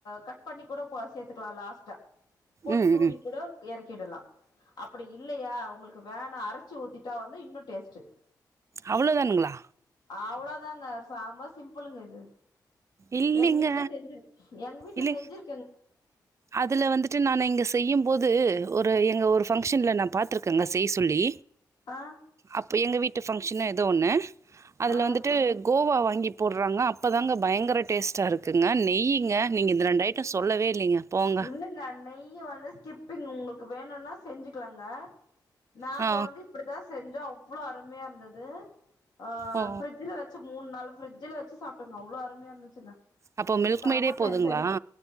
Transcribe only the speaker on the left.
கட் பண்ணி கூட போ சேத்துக்கலா லாஸ்ட்டா போட்டு
தூவி
கூட எறக் கிடலா அப்டி இல்லையா உங்களுக்கு வேணா அரச்சி ஊத்திட்டா வந்து இன்னு டேஸ்ட்டு
அவ்வளோதாங்க செம்ம சிம்பிளுங்க இது
எங்க வீட்டல செஞ்சு எங்க வீட்ல
செஞ்சிரு
ஆ
ஆ
இல்லங்க நெய்ய வந்து ஸ்கிப்பிங் உங்களுக் வேணுனா செஞ்சுக்கலாங்க நாங்க
வந்து இப்படித்தா செஞ்சோ அவ்வளோ அருமையா இருந்தது ஆ
ப்ரிட்ஜ்ல வச்சு மூணு நாள் ப்ரிட்ஜல வச்சு சாப்டோங்க அவ்ளோ அருமையா இருந்துச்சுங்க
செம்ம
டேஸ்ட்டா
இருஞ்சு